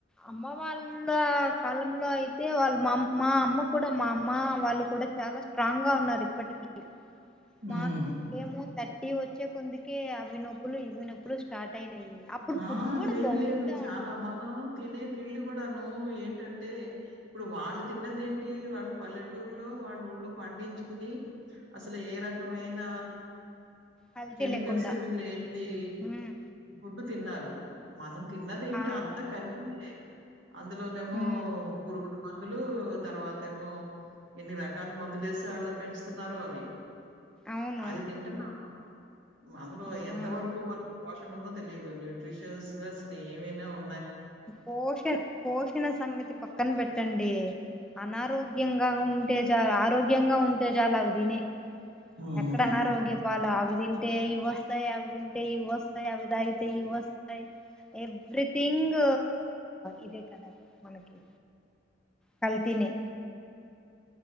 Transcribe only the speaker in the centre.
అమ్మ వాళ్ళ కాలంలో అయి తే వాళ్ళు మామ్ మా అమ్మ కూడా మా అమ్మ వాళ్ళు కూడా చాలా స్ట్రాంగ్ గా ఉన్నారు ఇప్పటికి
మాకేమో థర్టీ వొచ్చే కొందుకే అవి నొప్పులు ఇవి నొప్పులు స్టార్ట్ అయినాయి అప్పుడు ఫుడ్
కూడా
బాగుంటా
ఉంది
కల్తీ
లేకుండా
ఉమ్,
ఆ,
ఉమ్,
అవును
ఆ
పోషణ పోషణ సంగతి పక్కన పెట్టండి అనారోగ్యం గ ఉంటే చ ఆరోగ్యంగా ఉంటే చాల అవి తిని
ఎక్కడ అనారోగ్యపాల అవి తింటే ఇవి వొస్తాయి అవి తింటే ఇవి వొస్తాయి అవి తాగితే ఇవి వొస్తాయ్ ఎవ్రీథింగ్ ఇదే కదా మనకి కల్తీనే